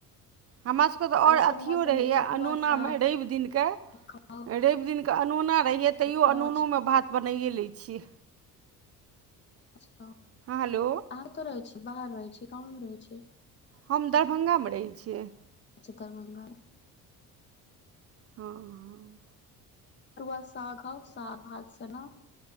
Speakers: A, on the right (about 45°); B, on the left (about 35°).
A: हमरा तऽ
B: एहि
A: और
B: सब
A: अथियो
B: मौसममे
A: रहैया
B: पटुआ
A: अनोना
B: साग
A: मे रैव दिन कऽ
B: खाउ
A: रैव दिन कऽ अनोना रहै य तैयो
B: कोंच
A: अनोनो मे भात बनाइए लै छियै
B: अच्छा
A: हँ हेलो
B: अहाँ कत रहै छीयै बाहर रहै छीयै गाँमे मे रहै छीयै
A: हम दरभंगामे रहै छियै
B: अच्छा दरभंगा
A: ह-हं
B: आ साग खाउ साग, भात, सन्ना <unintelligible>